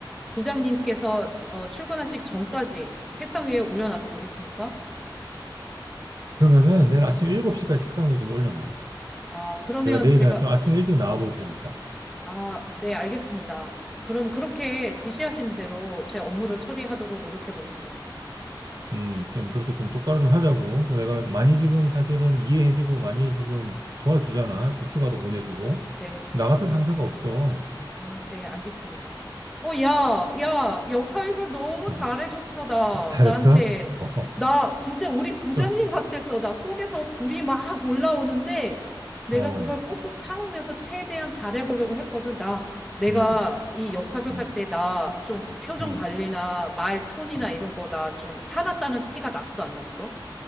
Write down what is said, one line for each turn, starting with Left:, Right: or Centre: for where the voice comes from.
Centre: 부장님께서 어, 출근하시기 전까지 책상 위에 올려놔도 되겠습니까?
Right: 그러면은 내일 아침 7시까지 책상 위에 좀 올려놔.
Centre: 아, 그러면
Right: 내가 내일은
Centre: 제가,
Right: 좀 아침 일찍 나와 볼 테니까.
Centre: 아, 네, 알겠습니다. 그럼 그렇게 지시하시는 대로 제 업무를 처리하도록 노력해 보겠습니다.
Right: 음, 좀 그렇게 좀 똑바로 좀 하자고.
Centre: 음,
Right: 내가 많이 지금 사실은 이해해주고 많이 지금 도와주잖아. 지금 휴가도 보내주고.
Centre: 네.
Right: 나 같은 상사가 없어.
Centre: 아, 네, 알겠습니다. 어, 야, 야, 역할극 너무 잘해줬어,
Right: 어,
Centre: 나.
Right: 어, 잘했어?
Centre: 나한테.
Right: 어, 어,
Centre: 나 진짜 우리 부장님
Right: 좀,
Centre: 같았어. 나 속에서 불이 막 올라오는데 내가
Right: 어,
Centre: 그걸 꾹꾹 참으면서 최대한 잘해보려고 했거든. 나, 내가
Right: 음,
Centre: 이 역할극
Right: 음,
Centre: 할 때 나 좀 표정
Right: 음,
Centre: 관리나 말 톤이나
Right: 음.
Centre: 이런 거 나 좀 화났다는 티가 났어, 안 났어?